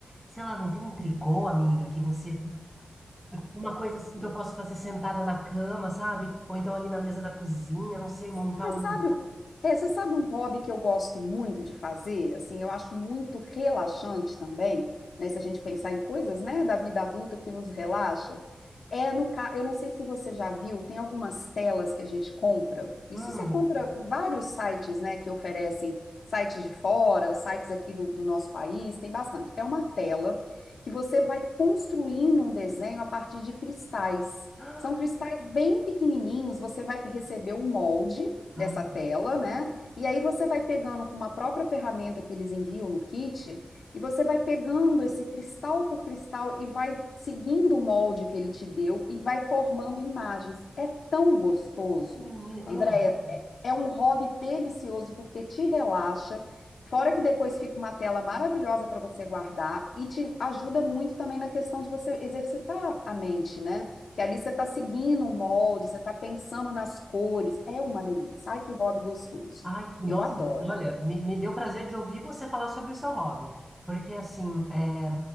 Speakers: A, in the centre; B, on the left.
A: sei lá, não tem um tricô, amiga, que você. Uma coisa assim que eu posso fazer sentada na cama, sabe? Ou então ali na mesa da cozinha, não sei,
B: Sim,
A: montar
B: Você
A: um.
B: sabe, é, você sabe um hobby que eu gosto muito de fazer, assim, eu acho muito relaxante também, né, se a gente pensar em coisas, né, da vida adulta que nos relaxa, é no ca... eu não sei se você já viu, tem algumas telas que a gente compra, isso
A: Hum.
B: você compra
A: <gasps>
B: em vários sites, né, que oferecem sites de fora, sites aqui do, do nosso país, tem bastante, é uma tela que você vai construindo um desenho a partir de cristais,
A: Ah,
B: São cristais bem pequenininhos, você vai receber o molde
A: ah,
B: dessa tela, né? E aí você vai pegando com uma própria ferramenta que eles enviam no kit, e você vai pegando esse cristal por cristal e vai seguindo o molde que ele te deu e vai formando imagens. É tão gostoso.
A: menina,
B: Andréia,
A: eu vi.
B: é é um hobby delicioso porque te relaxa. Fora que depois fica uma tela maravilhosa para você guardar e te ajuda muito também na questão de você exercitar a mente, né? Que ali você está seguindo o molde, você está pensando nas cores. É uma delícia. Ai, que hobby gostoso.
A: Ai, que, nossa,
B: Eu adoro.
A: olha, me, me deu prazer de ouvir você falar sobre o seu hobby, porque assim, é,